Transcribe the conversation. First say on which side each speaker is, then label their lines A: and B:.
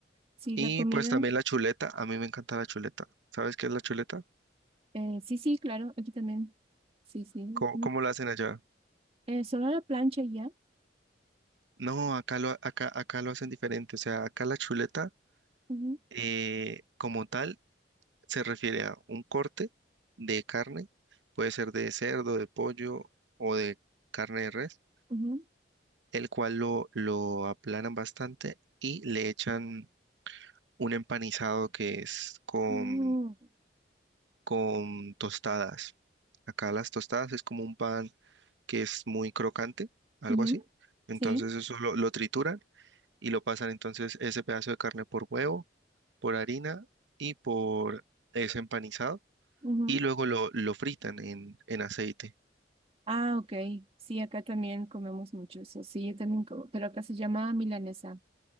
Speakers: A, on the right (about 30°); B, on the right (about 80°).
A: Sí,
B: Y
A: la comida,
B: pues también la chuleta, a mí me encanta la chuleta. ¿Sabes qué es la chuleta?
A: eh, sí, sí, claro, aquí también, sí, sí.
B: ¿Cómo,
A: ujú.
B: cómo la hacen allá?
A: Eh, solo la plancha y ya.
B: No, acá lo, acá, acá lo hacen diferente. O sea, acá la chuleta
A: Ujú,
B: eh, como tal se refiere a un corte de carne, puede ser de cerdo, de pollo o de carne de res,
A: ujú,
B: el cual lo, lo aplanan bastante y le echan un empanizado que es con
A: ujú,
B: con tostadas. Acá las tostadas es como un pan que es muy crocante, algo
A: ujú,
B: así. Entonces
A: Sí.
B: eso lo, lo trituran y lo pasan entonces ese pedazo de carne por huevo, por harina y por ese empanizado.
A: ujú.
B: Y luego lo, lo fritan en, en aceite.
A: Ah, ok. Sí, acá también comemos mucho eso. Sí, yo también como, pero acá se llama milanesa.